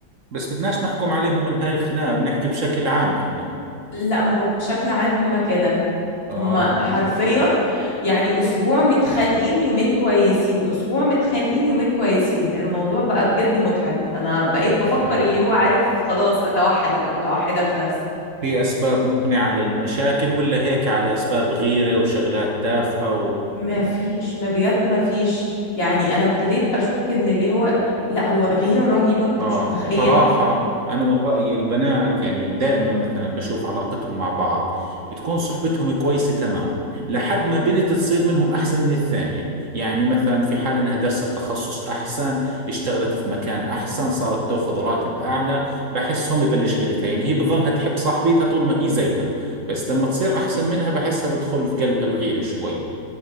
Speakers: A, on the right (about 50°); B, on the left (about 30°).
A: بس بدناش نحكم عليهم من هاي الخناقة بنحكي بشكل عام إحنا
B: لا ما هو بشكل عام هم كده هم
A: آه
B: حرفيا يعني اسبوع متخانقين يومين كويسين اسبوع متخانقين يومين كويسين الموضوع بقى بجد متعب انا بقيت بفكر
A: آه
B: اللي هو عارف خلاص اتوحد ابقى متوحده في نفسي
A: في أسباب مقنعة للمشاكل ولا هيك على أسباب غيرة وشغلات تافهة
B: ما فيش ما بجد ما فيش يعني انا ابتديت اشك ان اللي هو لا هو غيرة رهيبة انت
A: آه
B: مش متخيل
A: صراحة أنا من رأيي البنات يعني دائما مثلا بشوف علاقتهم مع بعض بتكون صحبتهم كويسة تمام لحد ما بنت تصير منهم أحسن من الثانية يعني مثلا في حال إنها درست تخصص أحسن اشتغلت في مكان أحسن صارت تأخذ راتب أعلى بحسهم يبلش غيرتها يعني هي بتظلها تحب صاحبتها طول ما هي زيها بس لما تصير أحسن منها بحسها بدخل في قلبها الغيرة شوي